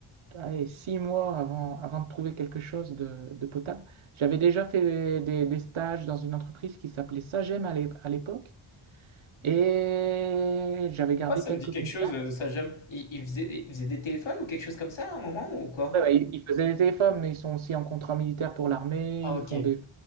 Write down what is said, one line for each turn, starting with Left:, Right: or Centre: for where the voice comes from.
Right: allez, six mois avant, avant de trouver quelque chose de, de potable. J'avais déjà fait des, des- des stages dans une entreprise qui s'appelait Sagem à l'é- à l'époque, et j'avais
Left: Pourquoi
Right: gardé
Left: ça
Right: quelques
Left: me dit quelque
Right: contacts.
Left: chose, euh, ça j'aime. Il, il faisait, des- il faisait des téléphones ou quelque chose comme ça à un moment ou quoi?
Right: Ouais, ouais, ils, ils faisaient des téléphones, mais ils sont aussi en contrat militaire pour l'armée,
Left: Ah
Right: ils
Left: ok,
Right: font des...